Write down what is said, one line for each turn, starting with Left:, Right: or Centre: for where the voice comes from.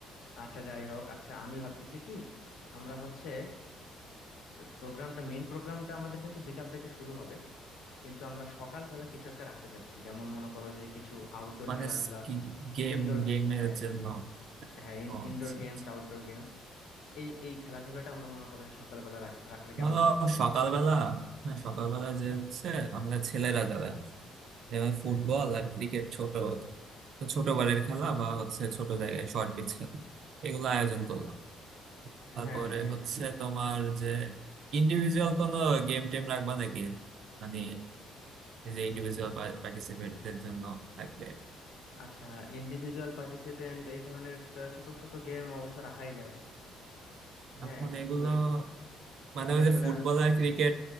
Left: আচ্ছা যাই হোক আচ্ছা আমি ভাবতেছি কি আমরা হচ্ছে প্রোগ্রামটা মেইন প্রোগ্রামটা আমাদের কিন্তু বিকাল থেকে শুরু হবে কিন্তু আমরা সকালবেলা কিছু একটা রাখতে চাচ্ছি যেমন মনে করো যে কিছু আউটডোর
Right: মানে
Left: খেলাধুলা
Right: গেম
Left: ইনডোর
Right: গেমের
Left: হ্যাঁ
Right: জন্য
Left: হ্যাঁ
Right: ও
Left: ইনডোর
Right: আচ্ছা
Left: গেমস
Right: আচ্ছা।
Left: আউটডোর গেমস এই এই খেলাধুলাটা আমরা মনে করো যে সকালবেলা রাখ- রাখলে
Right: ধরো
Left: কেমন হয় বলো
Right: সকালবেলা
Left: দেখি?
Right: হ্যাঁ সকালবেলা যে হচ্ছে আমরা ছেলেরা যারা আছে, যেমন ফুটবল
Left: হ্যাঁ
Right: আর ক্রিকেট ছোট ছোট বারের খেলা বা হচ্ছে ছোট জায়গায় শর্ট পিচ খেলা এগুলো আয়োজন করলাম তারপরে
Left: হ্যাঁ হ্যাঁ
Right: হচ্ছে তোমার যে ইন্ডিভিজুয়াল কোনো গেম টেম রাখবা নাকি মানে এই যে ইন্ডিভিজুয়াল পার্টিসিপেটদের জন্য থাকবে
Left: আচ্ছা ইন্ডিভিজুয়াল পার্টিসিপেন্ট এই ধরনের ছ- ছোট ছোট গেম অবশ্য রাখাই যায় হ্যাঁ
Right: এখন
Left: কিন্তু
Right: এগুলো মানে
Left: এগুলো
Right: ওই
Left: আসলে
Right: যে ফুটবল আর ক্রিকেট